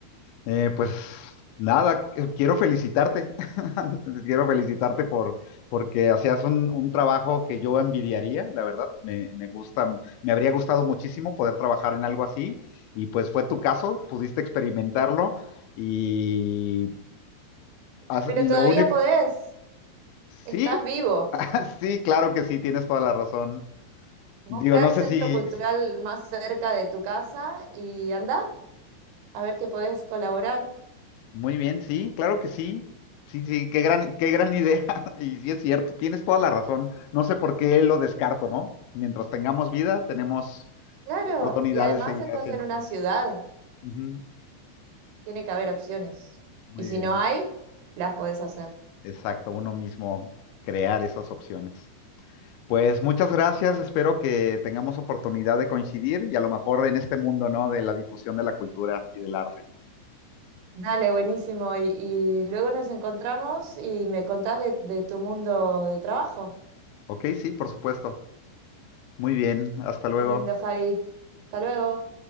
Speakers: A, on the left; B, on the right.
A: Eh, pues nada, eh, quiero felicitarte. <laughs> Quiero felicitarte por porque hacías un, un trabajo que yo envidiaría, la verdad. Me, me gusta, me habría gustado muchísimo poder trabajar en algo así. Y pues fue tu caso, pudiste experimentarlo. Y has-
B: Pero
A: lo
B: todavía
A: único,
B: podés, estás
A: sí,
B: vivo.
A: <laughs> sí, claro que sí, tienes toda la razón.
B: Busca
A: Digo, no
B: el
A: sé
B: centro
A: si,
B: cultural más cerca de tu casa y anda a ver que podés colaborar.
A: Muy bien, sí, claro que sí. Sí, sí, qué gran, qué gran idea. <laughs> Y sí es cierto, tienes toda la razón. No sé por qué lo descarto, ¿no? Mientras tengamos vida, tenemos
B: Claro,
A: oportunidad
B: y además
A: de seguir
B: estás
A: haciendo
B: en una
A: cosas.
B: ciudad,
A: Ujú.
B: tiene que haber opciones.
A: Muy
B: Y si
A: bien,
B: no hay, las podés hacer.
A: exacto, uno mismo crear esas opciones. Pues muchas gracias, espero que tengamos oportunidad de coincidir y a lo mejor en este mundo, ¿no? De la difusión de la cultura y del arte.
B: Dale, buenísimo. Y, y luego nos encontramos y me contás de, de tu mundo de trabajo.
A: Ok, sí, por supuesto. Muy bien, hasta luego.
B: Qué lindo, Javi. Hasta luego.